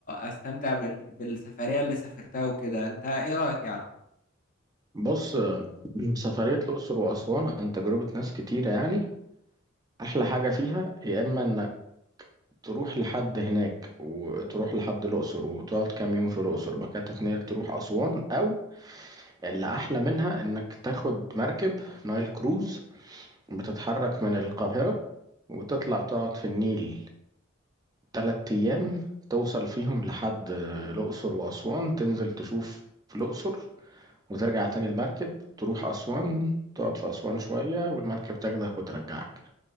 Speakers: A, on the left; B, on the right.
A: استمتع بال... بالسفرية اللي سافرتها وكده انت ايه رأيك يا عم
B: بص سفرية الأقصر وأسوان عن تجربة ناس كتيرة يعني أحلى حاجة فيها يا إما إنك تروح لحد هناك وتروح لحد الأقصر وتقعد كام يوم في الأقصر بعد كده تتنقل تروح أسوان أو اللي أحلى منها إنك تاخد مركب نايل كروز بتتحرك من القاهرة وتطلع تقعد في النيل تلات أيام توصل فيهم لحد الأقصر وأسوان تنزل تشوف الأقصر وترجع تاني المركب تروح أسوان تقعد في أسوان شوية والمركب تاخدك وترجعك